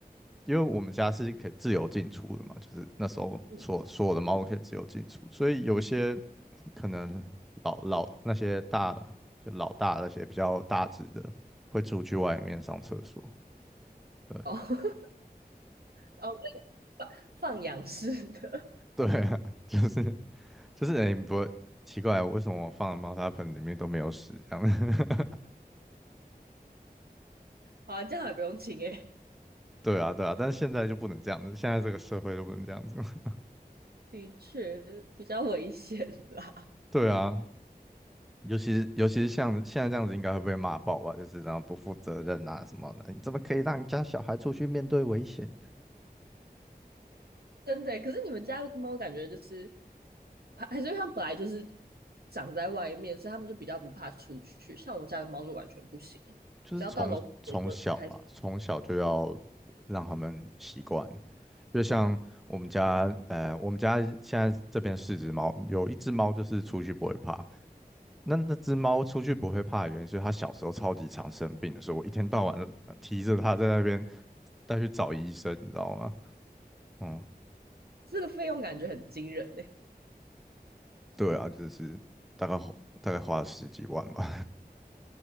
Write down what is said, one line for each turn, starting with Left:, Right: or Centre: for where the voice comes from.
Centre: 因为我们家是可以自由进出的嘛，就是那时候所所有的猫可以自由进出，
Right: 嗯，
Centre: 所以有些可能老老那些大的就老大那些比较大只的会出去外面上厕所，对
Right: 哦，<laughs> 哦，对，放放养式的，
Centre: 对啊，<laughs> 就是就是哎你不会奇怪为什么我放的猫砂盆里面都没有屎这样。<laughs>
Right: 好啊，这样还不用清哎、欸
Centre: 对啊，对啊，但是现在就不能这样子，现在这个社会就不能这样子。<laughs>
Right: 的确比较危险啦，
Centre: 对啊，尤其是尤其是像现在这样子，应该会被骂爆吧？就是这样不负责任啊什么的，你怎么可以让你家小孩出去面对危险？
Right: 真的欸、可是你们家猫感觉就是，还还是因为它们本来就是长在外面，所以它们就比较不怕出去。像我家的猫就完全不行欸、
Centre: 就是从从小吧，
Right: 只要到楼梯间就开始。
Centre: 从小就要让他们习惯。就像我们家，呃，我们家现在这边四只猫，有一只猫就是出去不会怕。那那只猫出去不会怕的原因是它小时候超级常生病的，所以我一天到晚的提着它在那边带去找医生，你知道吗？嗯，
Right: 这个费用感觉很惊人呢、
Centre: 对啊，就是大概花大概花了十几万吧。